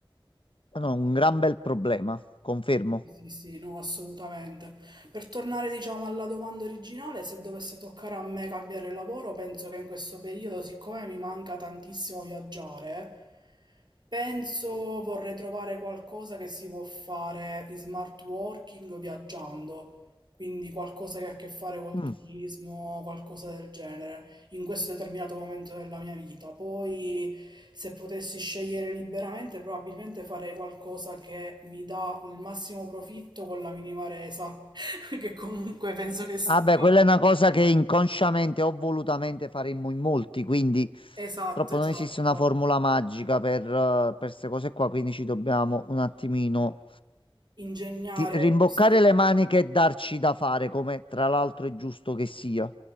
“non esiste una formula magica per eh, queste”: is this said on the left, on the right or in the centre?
Left